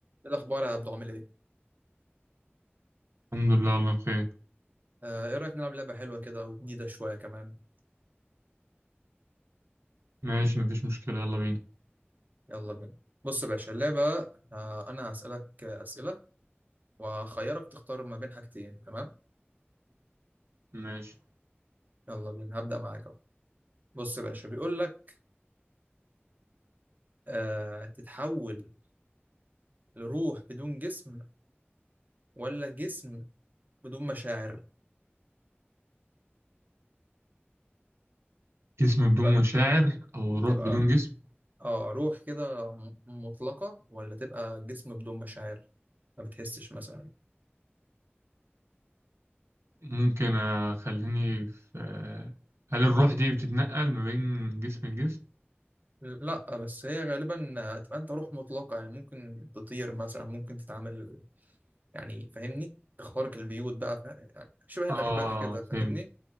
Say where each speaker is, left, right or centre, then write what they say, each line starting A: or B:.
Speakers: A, on the right; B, on the right.
A: ايه الاخبار يا عبدو عامل ايه
B: الحمد لله الله بخير
A: آه ايه رايك نلعب لعبه حلوه كده وجديده شويه كمان
B: ماشي مفيش مشكلة يلا بينا
A: يلا بينا بص يا باشا اللعبه آه انا هسالك آه، اسئله واخيرك تختار ما بين حاجتين تمام
B: ماشي
A: يلا بينا هبدا معاك اهو بص يا باشا بيقول لك آه تتحول لروح بدون جسم ولا جسم بدون مشاعر
B: جسم بدون
A: تبقى
B: مشاعر أو روح
A: تبقى
B: بدون جسم
A: اه روح كده م- مطلقه ولا تبقى جسم بدون مشاعر ما بتحسش مثلا
B: ممكن أخليني في هل الروح دي بتتنقل ما بين جسم لجسم؟
A: لا بس هي غالبا هتبقى انت روح مطلقة يعني ممكن تطير مثلا ممكن تتعامل يعني فاهمني تخترق البيوت بقى فا- يعني شبه الأشباح
B: آه
A: كده
B: فهمت
A: فاهمني